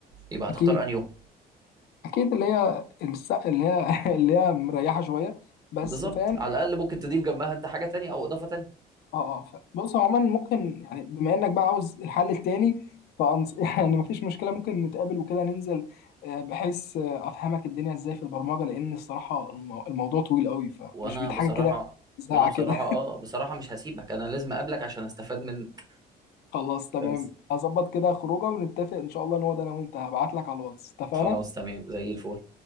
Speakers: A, on the right; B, on the left.
A: يبقى هتختار
B: اكيد
A: انهي يوم
B: اكيد اللي هي الس... اللي هي <laughs> اللي هي مريحه شويه بس
A: بالظبط
B: فاهم
A: على الاقل ممكن تضيف جنبها انت حاجه تانية او اضافه تانية
B: اه اه ف... بص هو عموما ممكن يعني بما انك بقى عاوز الحل التاني فأنص... <laughs> يعني مفيش مشكله ممكن نتقابل وكده ننزل آه، بحيث آه، افهمك الدنيا ازاي في البرمجه لان الصراحه المو... الموضوع طويل قوي فمش
A: وانا
B: بيت
A: بصراحه
B: حاجه كده ساعه
A: وانا بصراحه
B: كده
A: اه بصراحه مش هسيبك انا لازم اقابلك عشان استفاد منك
B: <laughs> خلاص تمام
A: بس
B: هظبط كده خروجه ونتفق ان شاء الله نقعد انا وانت هبعت لك على الواتس اتفقنا
A: خلاص تمام زي الفل